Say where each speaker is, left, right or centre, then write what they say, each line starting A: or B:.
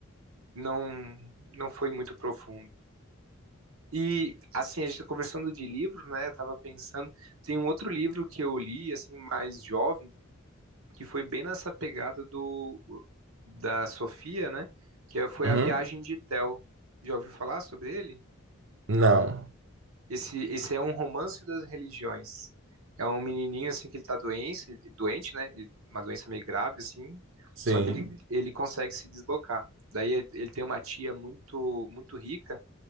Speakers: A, on the right; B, on the right.
A: Não, não foi muito profundo. E, assim, a gente tá conversando de livro, né? Eu tava pensando. Tem um outro livro que eu li, assim, mais jovem, que foi bem nessa pegada do. Da Sofia, né? Que é- foi
B: Uhum.
A: A Viagem de Théo. Já ouviu falar sobre ele?
B: Não.
A: Esse, esse é um romance das religiões. É um menininho assim que ele tá doente, doente, né? Uma doença meio grave assim.
B: Sim.
A: Só que ele, ele consegue se deslocar. Daí ele tem uma tia muito muito rica